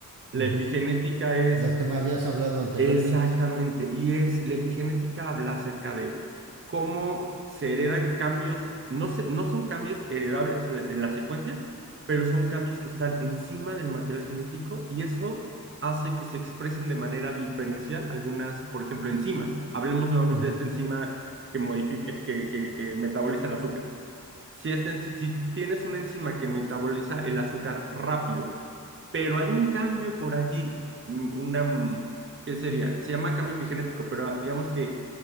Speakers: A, on the right (about 40°); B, on the right (about 75°).
A: La
B: ujú.
A: epigenética es
B: Lo que me habías hablado anteriormente.
A: Exactamente, y es la epigenética habla acerca de cómo se heredan cambios, no se- no son cambios heredables o de- en la secuencia, pero son cambios que están encima del material genético y eso hace que se expresen de manera diferencial algunas, por ejemplo, enzimas. Hablemos nuevamente
B: Ujú,
A: de esta enzima que modifica, que, que, que metaboliza el azúcar. Si, esta en- si tienes una enzima que metaboliza el azúcar rápido pero hay un cambio por allí, mm, una, mm, ¿qué sería? Se llama cambio epigenético, pero ah, digamos que